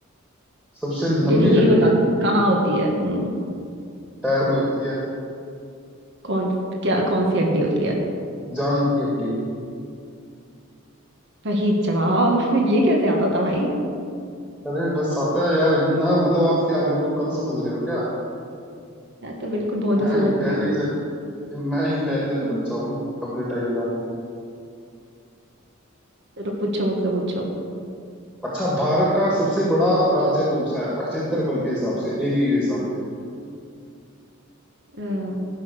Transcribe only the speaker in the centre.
सबसे लंबी
हड्डी
पैर में होती है
जांग की हड्डी
अरे बस आता है यार इतना मतलब आप क्या मेरे को कम समझ रहे हो क्या
मैं
इंटेलिजेंट
मैं इंटेलिजेंट
बच्चा हूँ अपने टाइम का
अच्छा भारत का सबसे बड़ा राज्य कौन सा है क्षेत्रफल के हिसाब से एरिया के हिसाब से